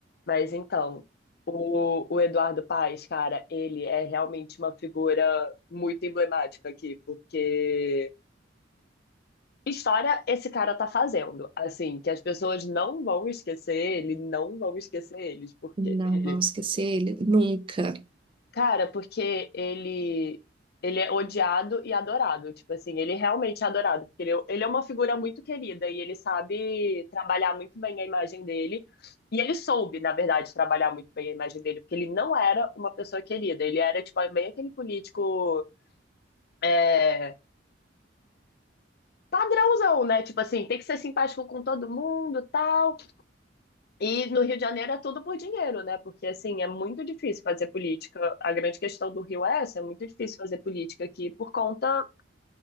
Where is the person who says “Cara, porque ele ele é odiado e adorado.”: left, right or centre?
Left